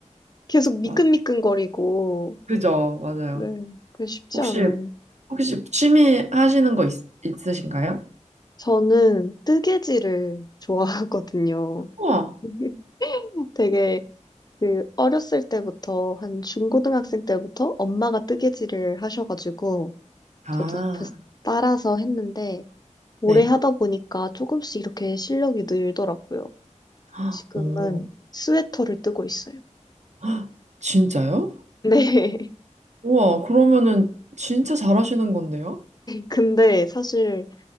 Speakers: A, on the left; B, on the right.
A: 계속 미끈미끈거리고.
B: 맞, 그죠? 맞아요.
A: 네. 그 쉽지
B: 혹시,
A: 않은.
B: 혹시 취미 하시는 거 있, 있으신가요?
A: 저는 뜨개질을 좋아하거든요.
B: 우와.
A: <laughs> 되게 그 어렸을 때부터 한 중고등학생 때부터 엄마가 뜨개질을 하셔가지고
B: 아,
A: 저도 옆에서 따라서 했는데 오래
B: 네.
A: 하다 보니까 조금씩 이렇게 실력이 늘더라고요.
B: 아,
A: 지금은
B: 오.
A: 스웨터를 뜨고 있어요.
B: 헉, 진짜요?
A: 네. <laughs>
B: 우와, 그러면은 진짜 잘하시는 건데요?
A: 근데 사실